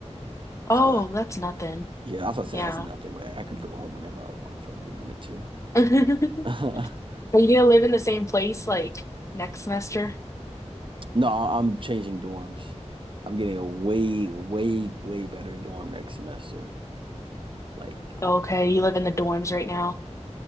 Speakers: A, on the right; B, on the left.
A: So
B: Oh,
A: that,
B: that's nothing.
A: yeah, that's what I say.
B: Yeah.
A: That's nothing. Like I could go home whenever I want if I really wanted to.
B: <laughs> Are
A: <laughs>
B: you gonna live in the same place like next semester?
A: No, I'm changing dorms. I'm getting a way, way, way better dorm next semester. Like
B: Okay, you live in the dorms right now.